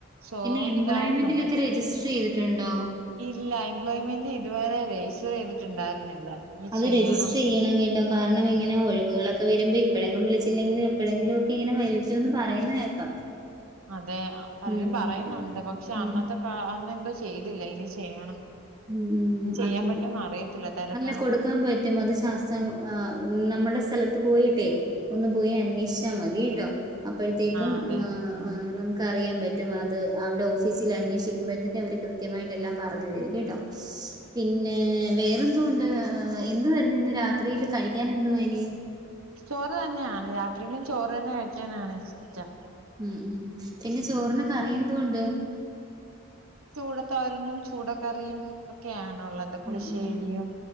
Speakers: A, on the right; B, on the right.
A: സോ
B: പിന്നെ എംപ്ലോയ്മെന്റിലൊക്കെ
A: ഇതാവും നല്ലത്
B: രജിസ്റ്റർ ചെയ്തിട്ടുണ്ടോ?
A: ഇല്ല എംപ്ലോയ്മെന്റ് ഇതുവരെ രജിസ്റ്റർ ചെയ്തിട്ടുണ്ടായിരുന്നില്ല ഇനി
B: അത്
A: ചെയ്യണം
B: രജിസ്റ്റർ ചെയ്യണം കേട്ടോ കാരണം ഇങ്ങനെ ഒഴിവുകളൊക്കെ വരുമ്പോ ഇപ്പെഴെങ്കിലും വിളി ച്ചില്ലെങ്കിൽ എപ്പോഴെങ്കിലും ഒക്കെ ഇങ്ങനെ വലിക്കൂ എന്ന് പറയുന്ന കേക്കാം
A: അതെ പലരും
B: ഉം
A: പറയുന്നുണ്ട് പക്ഷെ
B: ഉം
A: അന്നത്തെ കാ അന്ന എന്തോ ചെയ്തില്ല ഇനി ചെയ്യണം.
B: ഉം ഉം
A: ചെയ്യാൻ
B: അതും
A: പറ്റോന്ന് അറിയത്തില്ല തിരക്കണം
B: അല്ല കൊടുക്കാൻ പറ്റും അത് ശാസ്ത്രം നമ്മളുടെ സ്ഥലത്ത് പോയിട്ടേ ഒന്ന് പോയി അന്വേഷിച്ചാൽ മതിട്ടോ അപ്പോഴത്തേക്കും
A: ആ അതെ
B: ആഹ്
A: ഉം
B: ആഹ് അറിയാൻ പറ്റും അത് അവിടെ ഓഫീസിൽ അന്വേഷിക്കുമ്പോഴത്തേക്ക അവര് കൃത്യമായിട്ട് എല്ലാം പറഞ്ഞു തരും കേട്ടോ. പിന്നെ വേറെന്തൊണ്ട് എന്തുവാരുന്നു ഇന്ന് രാത്രിയില് കഴിക്കൻ എന്തുവാഇനി
A: ചോറ് തന്നെയാണ് രാത്രിയിലും ചോറ് തന്നെ കഴിക്കാനാണ് ഇഷ്ടം
B: ഉം ഉം പിന്നെ ചോറിന് കറി എന്തൊണ്ട്
A: ചൂടത്തോരനും ചൂട കറിയും ക്കെയാണുള്ളത് പുളിശ്ശേരിയും
B: ഉം ഉം